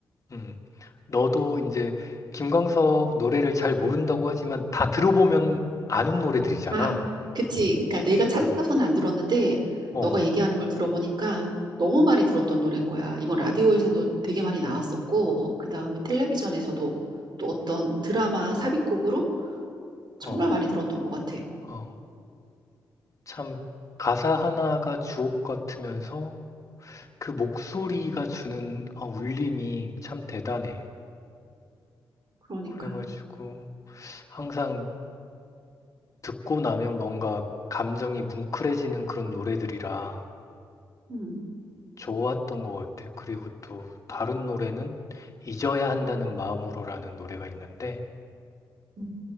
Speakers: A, on the left; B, on the right.
A: 음. 너도 이제 김광석 노래를 잘 모른다고 하지만 다 들어보면 아는 노래들이잖아.
B: 다, 그치. 그러니까 내가 찾아서는
A: 어,
B: 안 들었는데,
A: 어,
B: 너가 얘기하는 걸 들어보니까 너무 많이 들었던 노래인 거야. 이건 라디오에서도 되게 많이 나왔었고, 그 다음에 텔레비전에서도 또 어떤 드라마 삽입곡으로 정말
A: 어,
B: 많이 들었던 것 같아.
A: 어. 참 가사 하나가 주옥 같으면서 그 목소리가 주는 아, 울림이 참 대단해.
B: 그러니까,
A: 그래가지고 항상 듣고 나면 뭔가 감정이 뭉클해지는 그런 노래들이라
B: 음,
A: 좋았던 것 같아. 그리고 또 다른 노래는 잊어야 한다는 마음으로라는 노래가 있는데
B: 음,